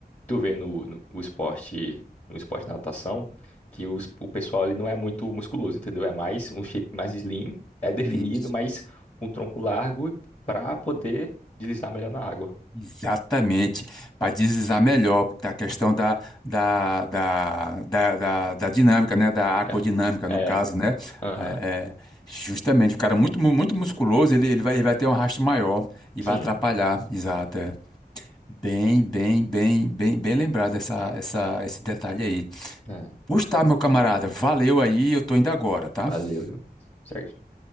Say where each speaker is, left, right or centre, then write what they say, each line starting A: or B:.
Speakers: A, on the left; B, on the left.
A: tu vê no, no o esporte, no esporte da natação, que os, o pessoal ele não é muito musculoso, entendeu? É mais um shape mais slim, é definido,
B: Isso.
A: mas com tronco largo para poder deslizar melhor na água.
B: Exatamente, para deslizar melhor, porque a questão da, da, da, da, da, da dinâmica, né? Da
A: né?
B: aquodinâmica,
A: É.
B: no caso, né?
A: Aham.
B: É, é, justamente, o cara muito, mu- muito musculoso, ele, ele vai, ele vai ter um arrasto maior e
A: Sim.
B: vai atrapalhar. Exato, é. Bem, bem, bem, bem, bem lembrado essa, essa, esse detalhe aí.
A: é.
B: Pois tá, meu camarada, valeu aí, eu tô indo agora, tá?
A: Valeu, viu? Certinho.